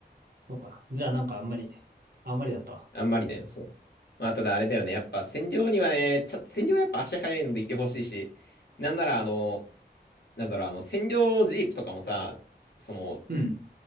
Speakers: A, on the right (about 60°); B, on the left (about 70°).
A: そうか。じゃあ、なんかあんまり、あんまりだったわ。
B: あんまりだよ、そう。まあ、ただあれだよね。やっぱ、占領にはね、ちょ、占領はやっぱ足早いのでいてほしいし、なんなら、あの、なんだろう、あの、占領ジープとかもさ、その、
A: うん。